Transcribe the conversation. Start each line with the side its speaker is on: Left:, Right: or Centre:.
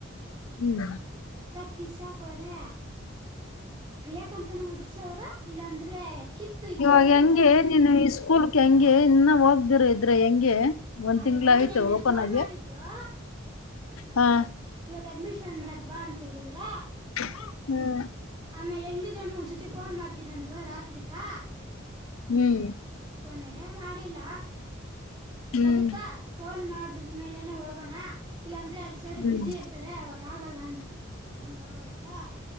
Left: ಹ್ಮ
Right: ಕಿಸ್ ಅಕ್ವಾರೆ ಬೇಕಂತನ ಉದರ್ಸೋರು ಇಲ್ಲಾಂದ್ರೆ ಕಿತ್ತು ಇಕ್ಕೋರು
Left: ಇವಾಗ ಹೆಂಗೆ
Right: ಕೂಡಂಗ ಗೊತ್ತಿಲ್ಲ
Left: ನೀನು ಈ ಸ್ಕೂಲ್ಕ್ ಹೆಂಗೆ ಇನ್ನ ಹೋಗ್ದಿರ ಇದ್ರೆ ಹೆಂಗೆ ಒಂದ್
Right: ಅಯ್ಯೋ
Left: ತಿಂಗ್ಳ ಆಯ್ತು
Right: ನಿನ್ನೆ
Left: ಓಪನ್
Right: ಫೋನ್
Left: ಆಗಿ
Right: ಮಾಡಿದ್ರು
Left: ಹಾ
Right: ಇವತ್ ಅಡ್ಮಿಷನ್ <unintelligible> ಮಾಡಗ್ ಬಾ ಅಂತ ಹೇಳಿದ್ರ
Left: ಹ್ಮ್
Right: ಆಮ ಹೆಂಗಿದೆ ಅನು ಒಂದಸತಿ ಫೋನ್ ಮಾಡ್ತೀನಂದ್ರು ರಾತ್ರಿಕಾ
Left: ಹ್ಮ್
Right: ಹಾಯ್ ಮಾಡಿಲ್ಲ
Left: ಹ್ಮ್
Right: ಅದಕ್ಕ ಫೋನ್ ಮಾಡದ ಮೇಲೆನೆ ಹೋಗೋಣ ಇಲ್ಲಾಂದ್ರೆ ಅಲ್ಲಿ ಸರ್
Left: ಹ್ಮ್
Right: ಬಸಿ ಇರ್ತಾರೆ ಅವಾಗ ಆಗಲ್ಲ ಅಂತ ಹಂಗ ಅಗೋಯ್ತು